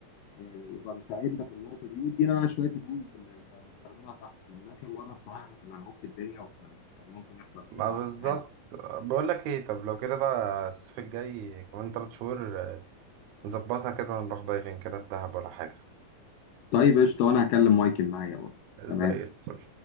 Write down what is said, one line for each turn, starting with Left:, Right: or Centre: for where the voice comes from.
Left: آه، يبقى مساعدنا في النقطة دي ويدينا بقى شوية الرولز اللي اللي هنستخدمها تحت لأن آخر مرة بصراحة احنا كنا هنعك الدنيا وكان كان ممكن يحصل
Right: ما
Left: فينا
Right: بالظبط
Left: حاجة
Right: بقول لك ايه طب لو كده بقى الصيف الجاي كمان 3 شهور نظبطها كده ونروح دايفين كده في دهب ولا حاجة
Left: طيب قشطة وأنا هكلم مايكل معايا برضه
Right: زي
Left: تمام
Right: الفل